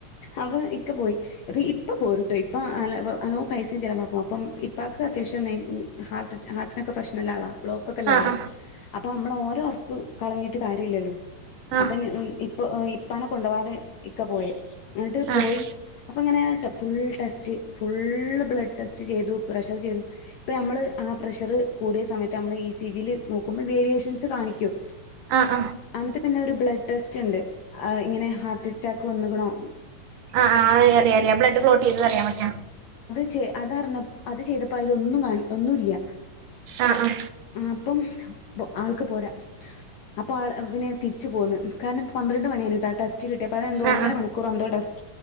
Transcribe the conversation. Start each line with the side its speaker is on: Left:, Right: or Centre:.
Left: അവ ഇക്ക പോയി അപ്പം ഇപ്പ പോരട്ടോ ഇപ്പ അലോ പൈസയും ചിലവാക്കും അപ്പം ഇപ്പക്ക് അത്യാവശ്യം <unintelligible> ഹാർട്ട് ഹാര്‍ട്ടിന് പ്രശ്‌നം ഉള്ള ആളാ ബ്ലോക്ക് ഒക്കെ ഉള്ള
Right: ആഹ്
Left: ആളാ അപ്പോ നമ്മൾ ഓരോ ഒറകോം കളഞ്ഞിട്ട് കാര്യമില്ലല്ലോ
Right: ആഹ് ആഹ്
Left: അപ്പൊ ഇ ഇപ്പ ഇപ്പനെ കൊണ്ടുപവാതെ ഇക്ക പോയ എന്നിട്ട്
Right: ആഹ്
Left: പോയി അപ്പം ഇങ്ങനെ full test full blood test ചെയ്തു പ്രഷർ ചെയ്തു ഇപ്പം നമ്മൾ ആ പ്രഷറ് കൂടിയ സമയത്ത് നമ്മൾ ഇ സി ജിയിൽ നോക്കുമ്പോൾ വേരിയേഷൻസ് കാണിക്കും
Right: ആഹ്
Left: അന്നട്ട് പിന്നെ ഒരു ബ്ലഡ് ടെസ്റ്റ് ഉണ്ട് ഇങ്ങനെ ഹാർട്ട് അറ്റാക്ക് വന്ന കണോ
Right: ആ ആ അ അറിയാം അറിയാ ബ്ലഡ് ക്ലോട്ട് ചെയ്തത് അറിയാ മറ്റെ
Left: <unintelligible> അതറിഞ്ഞ അത് ചെയ്തപ്പോ അതില ഒന്നും കാ ഒന്നുംല്ല
Right: ആഹ്
Left: ആ അപ്പം ആൾക്ക് പോരാ അപ്പൊ ആ പിന്നെ തിരിച്ചു പോന്നു കാരണം പന്ത്രണ്ട് മണിയാണ് ട്ട വച്ച് കട്ടിയപ്പ അ എന്തോ
Right: ആഹ്
Left: ഒന്നര മണിക്കൂര്‍ എന്തോ ടെസ്റ്റ്